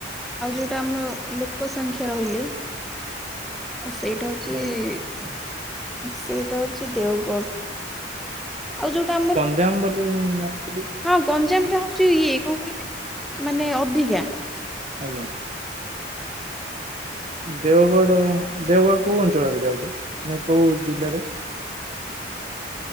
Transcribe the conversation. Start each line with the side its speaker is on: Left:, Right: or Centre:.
Centre: ଆଉ ଯୋଉଟା ଆମର ଲୋକ ସଂଖ୍ୟା ରହିଲେ ସେଇଟା ହଉଛି।
Right: ଆଜ୍ଞା
Centre: ସେଇଟା ହଉଛି ଦେଓଗଡ ଆଉ ଯୋଉଟା ଆମର
Right: ଯାମ୍ ବୋଲି ମୁଁ ଜାଣିଥିଲି।
Centre: ହଁ ଗଞ୍ଜାମ ଟା ହଉଛି ଇଏ କଣ କହିଲେ ମାନେ ଅଧିକା।
Right: ଆଜ୍ଞା। ଦେଓଗଡ ଦେଓଗଡ କୋଉ ଅଞ୍ଚଳରେ ଯାଉଛି ମେ କୋଉ ଜିଲ୍ଲାରେ?
Centre: <inaudible>